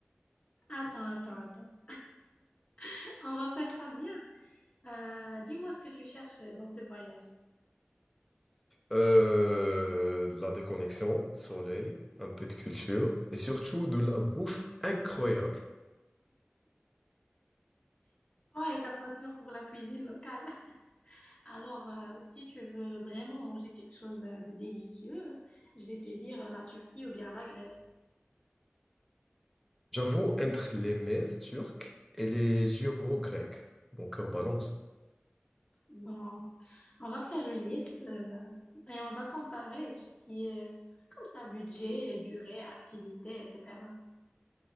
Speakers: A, on the left; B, in the centre.
A: Attends, attends, attends. <laughs> On va faire ça bien. Euh, dis-moi ce que tu cherches dans ce voyage.
B: Euh, la déconnexion, soleil, un peu de culture et surtout de la bouffe incroyable.
A: Toi et ta passion pour la cuisine locale. Alors, euh, si tu veux vraiment manger quelque chose euh, de délicieux, je vais te dire euh, la Turquie ou bien la Grèce.
B: J'avoue, entre les mezes turques et les gyros grecs, mon cœur balance.
A: Bon, on va faire une liste euh, et on va comparer tout ce qui est comme ça, budget, durée, activité, etc.